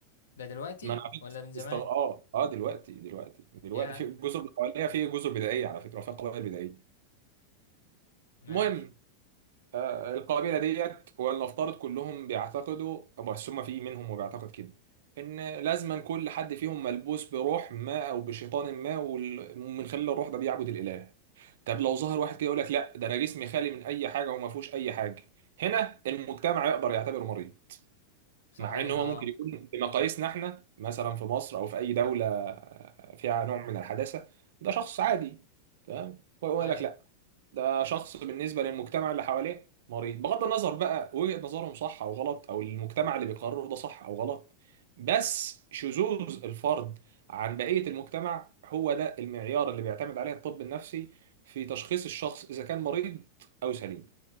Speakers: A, on the left; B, on the right.
A: ده دلوقتي
B: ما انا على
A: ولا
B: فكره
A: من زمان
B: استغ... اه اه دلوقتي دلوقتي دلوقتي
A: يا
B: في الجزر اللي حواليها في جزر بدائيه على فكره فيها قبائل بدائيه
A: ماشي
B: المهم آه القبيله ديت ولنفترض كلهم بيعتقدوا بس هم في منهم وبيعتقد كده ان لازما كل حد فيهم ملبوس بروح ما او بشيطان ما وال- ومن خلال الروح ده بيعبد الاله طب لو ظهر واحد كده يقول لك لا ده انا جسمي خالي من اي حاجه وما فيهوش اي حاجه هنا المجتمع يقدر يعتبره مريض
A: صحيح
B: مع ان هو
A: اه
B: ممكن يكون بمقاييسنا احنا مثلا في مصر او في اي دوله فيها نوع من الحداثه ده شخص عادي تمام هو يقول
A: ايوه
B: لك لا ده شخص بالنسبه للمجتمع اللي حواليه مريض بغض النظر بقى وجهه نظرهم صح او غلط او المجتمع اللي بيقرره ده صح او غلط بس شذوذ الفرد عن بقيه المجتمع هو ده المعيار اللي بيعتمد عليه الطب النفسي في تشخيص الشخص اذا كان مريض او سليم